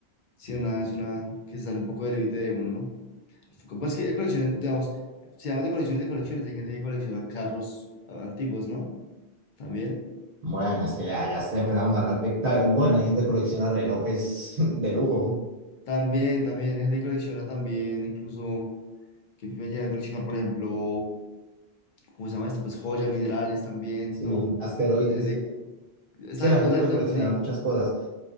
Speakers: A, on the left; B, on the right.
A: Sí, una, es una que sale un poco del límite de uno, ¿no? Pues que hay colecciones, digamos, si hablamos de colecciones de colecciones, hay gente que colecciona carros ah, antiguos, ¿no? También.
B: Bueno, es que ya, ya empezamos a hablar de... ta- Bueno, hay gente que colecciona relojes <laughs> de lujo,
A: También, también, hay gente que colecciona también, incluso, que pueden llegar a coleccionar, por ejemplo, ¿cómo se llama esto? Pues joyas, minerales también,
B: sí,
A: ¿no?
B: asteroides.
A: Es gente,
B: Es
A: exacto,
B: que la gente
A: exacto,
B: puede coleccionar
A: exacto, sí.
B: muchas cosas.